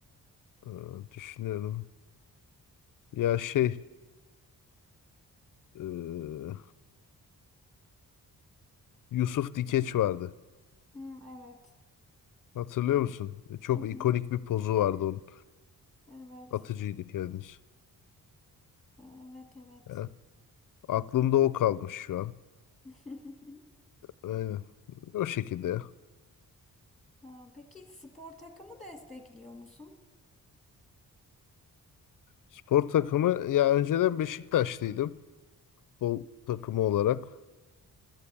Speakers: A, on the left; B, in the centre.
A: Ee, düşünüyorum. Ya şey e, Yusuf Dikeç vardı.
B: Hmm, evet.
A: Hatırlıyor musun? E, Çok
B: Hı hı.
A: ikonik bir pozu vardı onun.
B: Evet.
A: Atıcıydı kendisi.
B: Evet evet.
A: Ya, aklımda o kalmış şu an.
B: <laughs>
A: Aynen. O şekilde ya.
B: Ha, Peki spor takımı destekliyor musun?
A: Spor takımı ya önceden Beşiktaşlıydım. futbol takımı olarak.